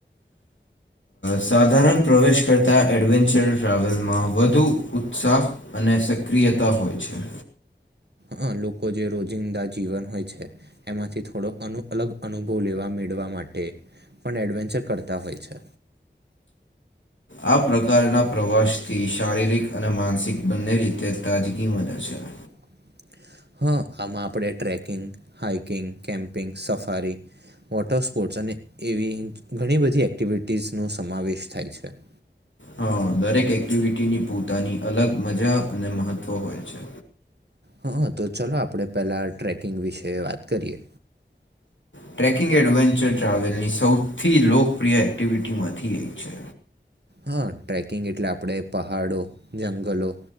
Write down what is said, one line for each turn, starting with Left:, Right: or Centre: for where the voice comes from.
Left: સાધારણ પ્રવેશ કરતા એડવેન્ચર ટ્રાવેલમાં વધુ ઉત્સાહ અને અને સક્રિયતા હોય છે.
Right: હ, લોકો જે રોજિંદા જીવન હોય છે, એમાંથી થોડો અલગ- અલગ અનુભવ લેવા. ફરવા માટે એડવેન્ચર કરતા હોય છે.
Left: આ પ્રકારના પ્રવાસથી શારીરિક અને માનસિક બંને રીતે તાજગી બને છે.
Right: <unintelligible> હ, આમાં આપણે trekking, hiking, camping safari. Water sports અને એવી ઘણી બધી એક્ટિવિટીઝ નો સમાવેશ થાય છે. <unintelligible>
Left: હા દરેક એક્ટિવિટીની પોતાની અલગ મજા અને મહત્ત્વ હોય છે.
Right: હા, તો ચલો, આપણેે પહેલા ટ્રેકિંગ વિશે વાત કરીએ.
Left: ટ્રેકિંગ એડવેન્ચર ટ્રાવેલની સૌથી લોકપ્રિય એક્ટિવિટીમાંથી એક છે.
Right: હા, ટ્રેકિંગ એટલે આપણેે પહાડો, જંગલો.